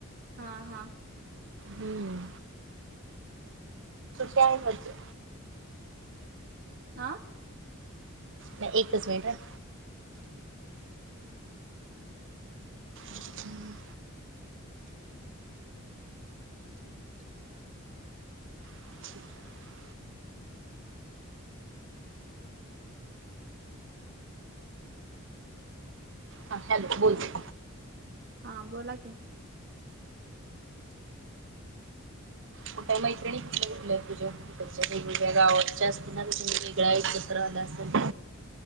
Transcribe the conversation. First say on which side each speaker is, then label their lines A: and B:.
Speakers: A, on the right (about 45°); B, on the right (about 60°).
A: हा हां
B: हम्म का म्ह
A: हा
B: नाही एकच मिनट हम्म <unintelligible> हा हॅलो बोलत
A: हा बोला कि
B: मोठ्या मैत्रिणी क तुझ्यातीच्या वेगवेगळ्या गावाच्या अस नाु वेगळा आहेत कस राहि असल